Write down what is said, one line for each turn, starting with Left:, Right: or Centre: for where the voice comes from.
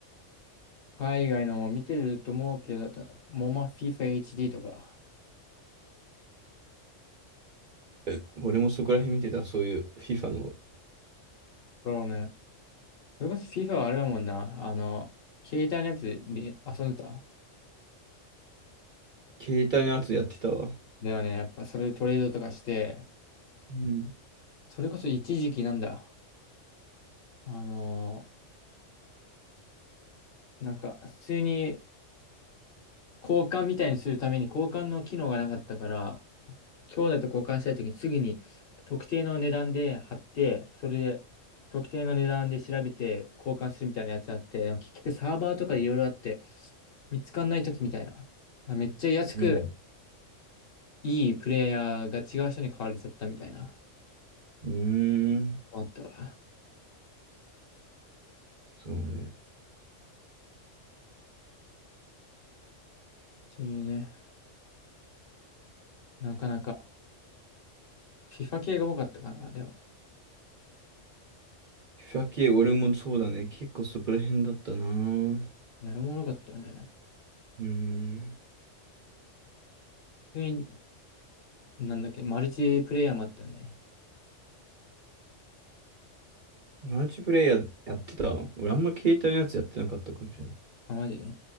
Left: 海外のも見てると思うけど、たモマ FIFA HD とか。
Right: え俺もそこら辺見てた。そういう FIFA の
Left: そうね。それこそ FIFA はあれだもんな。あの、携帯のやつで遊んでた。
Right: 携帯のやつやってたわ。
Left: だよね。やっぱそれでトレードとかして、
Right: うん。
Left: それこそ一時期なんだ。あの、なんか普通に交換みたいにするために交換の機能がなかったから、兄弟と交換したいときにすぐに特定の値段で貼って、それで特定の値段で調べて交換するみたいなやつあって、でも結局サーバーとかでいろいろあって、見つかんないときみたいな。だからめっちゃ安く
Right: うん。
Left: いいプレイヤーが違う人に買われちゃったみたいな。
Right: うーん。
Left: あったわ。っ
Right: そうね。
Left: ていうね。なかなか FIFA 系が多かったかな。でも、
Right: FIFA 系、俺もそうだね。結構そこら辺だったな。
Left: やるもの多かったよね。
Right: うーん。
Left: 普通に、なんだっけ、マルチプレイヤーもあったよね。
Right: マルチプレイヤーやってた俺あんま携帯のやつやってなかったかもしれない。
Left: あ、マジで